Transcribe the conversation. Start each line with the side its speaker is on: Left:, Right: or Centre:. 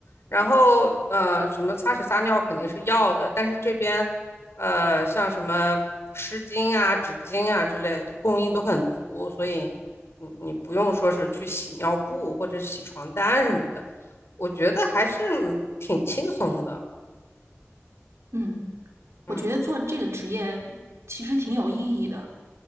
Left: 然后呃，什么擦屎撒尿肯定是要的，但是这边呃，像什么湿巾啊、纸巾啊之类的供应都很足，所以你你不用说是去洗尿布或者洗床单什么的，我觉得还是挺轻松的。
Right: 嗯，
Left: 嗯，
Right: 我觉得做这个职业其实挺有意义的，